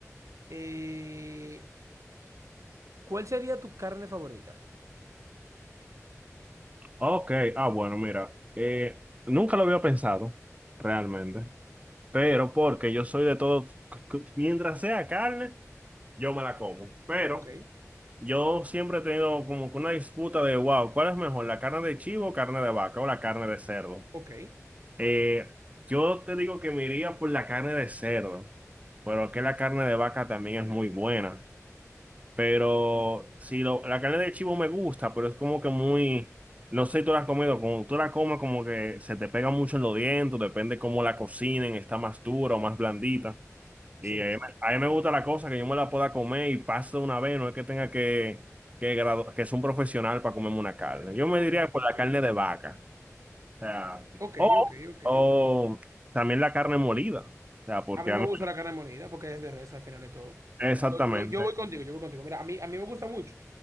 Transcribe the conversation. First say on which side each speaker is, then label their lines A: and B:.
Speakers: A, on the right (about 70°); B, on the right (about 25°).
A: eh, ¿cuál sería tu carne favorita?
B: Ok, ah, bueno, mira. eh, nunca lo había pensado, realmente. Pero porque yo soy de todo, c- c- mientras sea carne, yo me la como. Pero.
A: Ok,
B: Yo siempre he tenido como que una disputa de, wow, ¿cuál es mejor, la carne de chivo, carne de vaca o la carne de cerdo?
A: ok.
B: Eh, yo te digo que me iría por la carne de cerdo, pero que la carne de vaca también es muy buena. Pero si lo- la carne de chivo me gusta, pero es como que muy, no sé si tú la has comido, como tú la comes como que se te pega mucho en los dientes, depende cómo la cocinen, está más dura o más blandita. Y
A: Sí,
B: a mí, me a mí me gusta la cosa que yo me la pueda comer y paso de una vez, no es que tenga que, que, gradu- que ser un profesional para comerme una carne. Yo me
A: ok,
B: diría por
A: ok.
B: la carne de vaca. O sea,
A: Ok,
B: o,
A: ok, ok,
B: o
A: ok.
B: también la carne molida. O sea, porque
A: A mí me
B: a mí,
A: gusta la carne molida porque es de res al final de todo.
B: exactamente.
A: Yo, yo, yo voy contigo, yo voy contigo. Mira, a mí, a mí me gusta mucho,